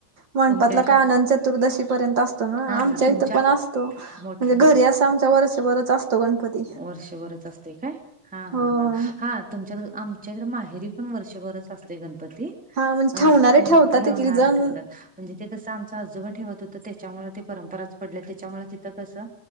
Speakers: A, on the right; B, in the centre.
A: मंडपातला
B: तुमच्या इथं
A: काय आनंद चतुर्दशी पर्यंत असतो ना
B: हा
A: आमच्या
B: तुमच्यात
A: इथं पण असतो.
B: मोठ्यानं
A: म्हणजे घरी असं आमच्या वर्ष बरच असतो. तो गणपती.
B: वर्षभरच असतोय काय हा
A: हो
B: हा हा हा तुमच्यात आम च्याकडे माहेरी पण वर्षभरच असतय गणपती
A: हा म्हणजे
B: अ
A: ठेवणारे
B: ते
A: ठेवतात
B: ठेवणार
A: एक एक जण
B: ठेवतात. म्हणजे ते कसं आमचा आजोबा ठेवत होतं त्याच्यामुळ ते परंपराच पडल्या त्याच्यामुळ तिथं कसं